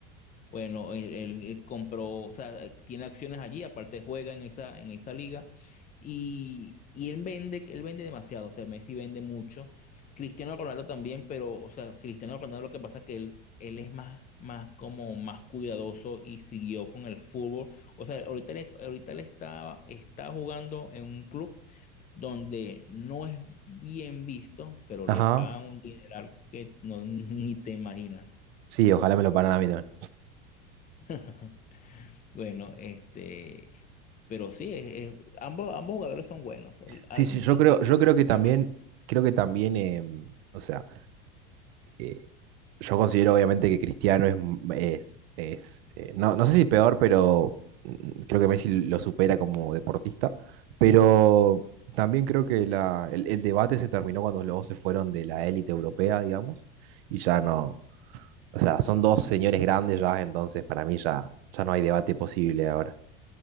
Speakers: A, on the left (about 25°); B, on the right (about 70°).
A: Bueno, él, él- él compró, o sea, eh, tiene acciones allí, aparte juega en esa, en esa liga y, y él vende, él vende demasiado, o sea, Messi vende mucho, Cristiano Ronaldo también, pero, o sea, Cristiano Ronaldo lo que pasa es que él, él es más, más como más cuidadoso y siguió con el fútbol, o sea, ahorita él, ahorita él está, está jugando en un club donde no es bien visto, pero
B: Ajá.
A: le pagan un dineral que no, <laughs> ni te imaginas.
B: Sí, ojalá me lo paran a mí también.
A: <laughs> Bueno, este, pero sí, es- es- ambos, ambos jugadores son buenos. El-
B: Sí,
A: algún-
B: sí, yo
A: este,
B: creo,
A: lo
B: yo creo que también,
A: que pasa-
B: creo que también, em, o sea eh, yo considero obviamente que Cristiano es, es, es, eh, no, no sé si peor, pero mm, creo que Messi lo supera como deportista, pero también creo que la, el, el debate se terminó cuando los dos se fueron de la élite europea, digamos, y ya no, o sea, son dos señores grandes ya, entonces para mí ya, ya no hay debate posible ahora.